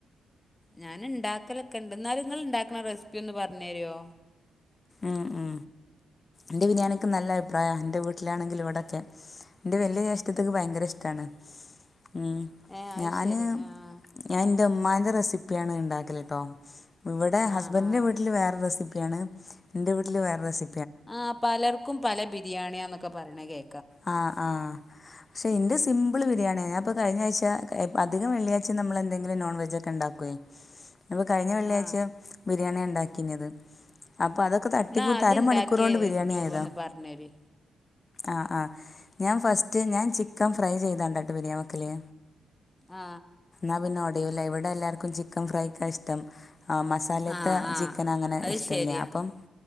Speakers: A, on the left; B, on the left.
A: ഞാന് ണ്ടാക്കലക്കെണ്ട് ന്നാലും ഇങ്ങള്ണ്ടാക്കണ റെസിപ്പി ഒന്ന് പറഞ്ഞേരോ
B: ആ ആ ന്റെ ബിരിയാണിക്ക് നല്ല അഭിപ്രായ ന്റെ വീട്ടിലാണെങ്കിലു ഇവിടൊക്കെ എന്റെ വലിയ ജേഷ്ഠത്തിക്ക് ഭയങ്കര ഇഷ്ട ണ് മ്
A: ഏഹ് അത്
B: ഞാന്
A: ശരി ആഹ്
B: ഞാൻ ന്റെമ്മാന്റെ റെസിപ്പിയാണ് ണ്ടാക്കല്ട്ടോ ഇവിടെ ഹസ്ബന്റിന്റെ
A: ആഹ് ആഹ്
B: വീട്ടില് വേറെ റെസിപ് പ്യാണ് ൻ്റെ വീട്ടില് വേറെ റെസി
A: ആ പലർക്കും പല ബിരിയാണിയാന്നൊക്കെ പറയണ കേ
B: ആ ആ ക്ഷേ ഇന്റെ സിമ്പിൾ ബിരിയാണിയാ ഞാപ്പോ കഴിഞ്ഞായ്ച്ച അധികം വെള്ളിയാഴ്ച നമ്മെന്തെങ്കിലും നോൺ വെജൊക്കെ ഉണ്ടാക്കേ ഞാപ്പൊ കഴിഞ്ഞ വെള്ളിയാഴ്ച
A: ആ
B: ബിരിയാണിയാ ണ്ടാക്കിന്നത് അപ്പൊ അതൊക്കെ തട്ടിക്കൂട്ട്
A: എന്നാ അത്ണ്ടാക്കിയ
B: അരമണിക്കൂറോണ്ട് ബിരിയാണി
A: രൂപം
B: ആയതാ
A: ഒന്ന് പറഞ്ഞരി
B: ആ ആ ഞാൻ ഫസ്റ്റ് ഞാൻ ചിക്കൻ ഫ്രൈ ചെയ്താണ്ടാ ട്ടാ ബിരിയാൻ വെക്കല്
A: ആ
B: ന്നാ പിന്നൊടയൂല ഇവിടെ എല്ലാവർക്കും ചിക്കൻ ഫ്രൈക്കാ ഇഷ്ടം ആഹ് മസാലേത്തെ
A: ആ ആ
B: ചിക്കൻ അങ്ങനെ
A: അത്
B: ഇഷ്ടല്ല
A: ശരിയാ
B: അപ്പം